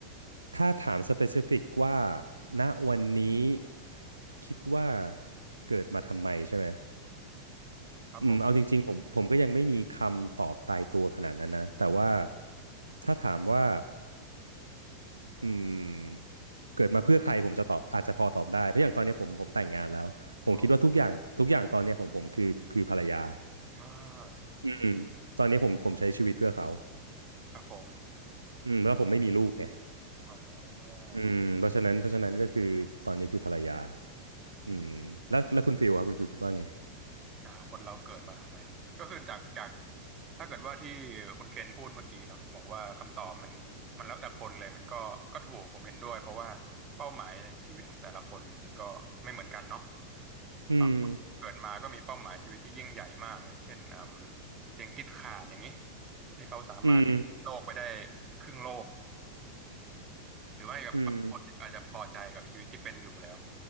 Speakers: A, on the right; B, on the right.
A: ถ้าถาม specific ว่าณวันนี้คิดว่าเกิดมาทำไมใช่ไหม
B: ครับผม
A: อืมเอาจริงๆผมผมก็ยังไม่มีคำตอบตายตัวขนาดนั้นนะแต่ว่าถ้าถามว่าอืมเกิดมาเพื่อใครผมจะตอบอาจจะพอตอบได้เพราะอย่างตอนนี้ผมผมแต่งงานแล้วผมคิดว่าทุกอย่างทุกอย่างตอนนี้ของผมคือคือภรรยา
B: อ๋ออ่า
A: อืมตอนนี้ผมผมใช้ชีวิตเพื่อเขา
B: ครับผม
A: อืมแล้วผมไม่มีลูกไง
B: อ๋อ
A: อืมเพราะฉะนั้นเพราะฉะนั้นก็คือตอนนี้คือภรรยาอืมแล้วแล้วคุณฟิลครับคุณฟิลคิดว่าไง
B: อ่าคนเราเกิดมาทำไมก็คือจากจากถ้าเกิดว่าที่คุณเคนพูดเมื่อกี้เนาะบอกว่าคำตอบมันมันแล้วแต่คนเลยมันก็ก็ถูกผมเห็นด้วยเพราะว่าเป้าหมายในชีวิตของแต่ละคนเนี่ยมันก็ไม่เหมือนกันเนาะ
A: อืม
B: บางคนเกิดมาก็มีเป้าหมายชีวิตที่ยิ่งใหญ่มากอย่างเช่นอืมเจงกิสข่านอย่างนี้ที่เขาสามารถโลกไปได้
A: อืม
B: ครึ่งโลกหรือไม่กับบางคนเนี่ยก็อาจจะพอใจกับชีวิตที่เป็นอยู่แล้ว
A: อืม